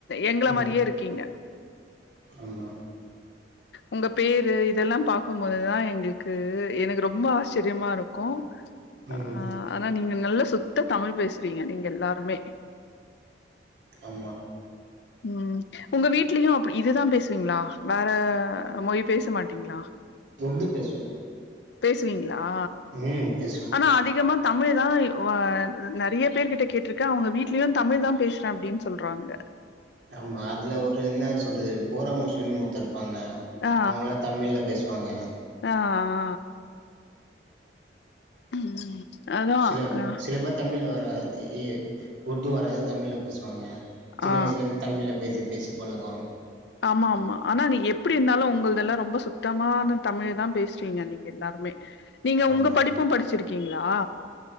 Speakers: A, on the left; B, on the right.
A: எங்ள
B: ம்
A: மாரியே இருக்கீங்க
B: ஆமா
A: உங்க பேரு இதெல்லா பாக்கும்போதுதா எங்களுக்கு எனக்கு ரொம்ப ஆச்சர்யமாருக்கு ஆ
B: ம்
A: ஆனா நீங்க நல்ல சுத்த தமிழ் பேசுறீங்க நீங்க எல்லாருமே
B: ஆமா
A: ம் உங்க வீட்லயு அப்டி இதுதா பேசுவீங்ளா வேற மொயி பேச மாட்டீங்ளா
B: <unintelligible> பேசுவோ
A: <unintelligible> ஆ
B: ம் பேசுவோ
A: ஆனா அதிகமா தமிழ் தா வ நெறையா பேர்கிட்ட கேட்ருக்கே அவுங்க வீட்லயு தமிழ்தா பேசுறே அப்டின்னு சொல்றாங்க
B: ஆமா அதுல ஒரு என்ன சொல்றது ஃபோரா முஸ்லிம்னு ஒருத்தர் இருப்பாங்க
A: ஆ
B: அவுங்கலா தமிழ்ல பேசுவாங்க
A: ஆ ஆ ஆ உம் ம் அதா
B: சில
A: ஆ
B: சிலப்பேர் தமிழ் வராது உருது வராது தமிழில்ல பேசுவாங்க சின்ன
A: ஆ
B: வயசுல இருந்து தமிழ்ல பேசி பேசி பளக்கோ
A: ஆமா ஆமா ஆனா நீ எப்டி இருந்தாலு உங்கள்தெல்லா ரொம்ப சுத்தமான தமிழதா பேசுறீங்க நீங்க எல்லாருமே நீங்க
B: ஆமா
A: உங்க படிப்பும் படிச்சிருக் இருக்கீங்களா